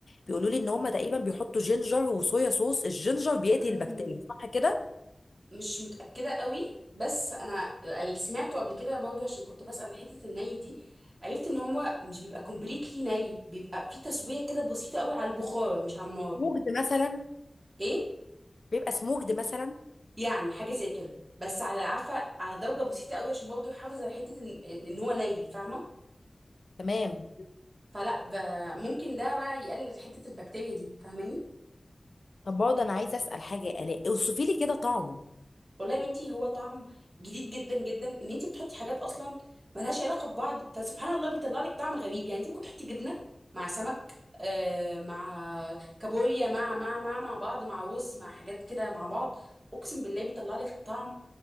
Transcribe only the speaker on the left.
بيقولوا لي ان هم تقريبا بيحطوا جينجر وصويا صوص الجينجر بيقتل
البكتيريا صح كده
موجد مثلا
بيبقى سموجد مثلا
تمام
طب برضه انا عايزه اسال حاجه يا الاء اوصفي لي كده طعمه